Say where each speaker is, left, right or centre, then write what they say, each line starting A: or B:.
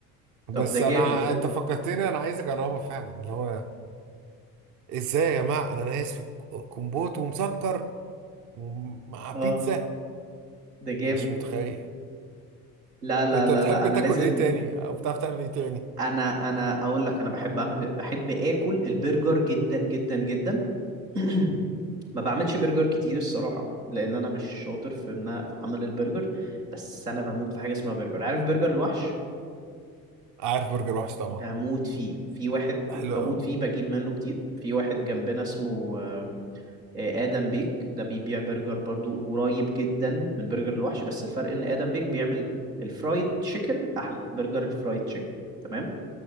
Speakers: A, on the right (about 40°); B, on the right (about 85°).
A: بس
B: طب ده جامد
A: انا
B: ده
A: انت فكرتني انا عايز اجربها فعلا اللي هو ازاي يا جماعة اناناس وكمبوت ومسكر ومع بيتزا
B: اه ده جامد
A: مش متخيل
B: لا لا
A: انت
B: لا
A: بتحب
B: لا انا
A: تاكل
B: لازم
A: ايه تاني او بتعرف تعمل ايه تاني
B: انا انا اقول لك انا بحب اعمل بحب اكل البرجر جدا جدا جدا <clears throat> ما بعملش برجر كتير الصراحه لان انا مش شاطر في ان أنا- في عمل البرجر بس انا بموت في حاجه اسمها برجر عارف برجر الوحش
A: عارف برجر وحش طبعا
B: بموت فيه في واحد
A: حلو
B: بموت فيه بجيب منه كتير في واحد جنبنا اسمه آه، آه، آدم بيك ده بيبيع برجر برضو قريب جدا من برجر الوحش بس الفرق ان آدم بيك بيعمل الفرايد تشيكن احلى برجر الفرايد تشيكن تمام